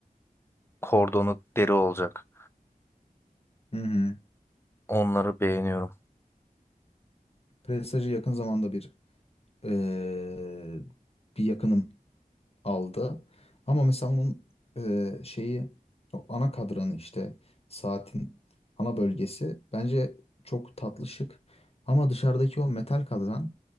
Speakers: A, on the left; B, on the left.
A: kordonu deri olacak.
B: Hı hı.
A: Onları beğeniyorum.
B: Prestige'i yakın zamanda bir eee, bir yakınım aldı. Ama mesela onun eee, şeyi o ana kadranı işte saatin ana bölgesi bence çok tatlı şık. Ama dışarıdaki o metal kadran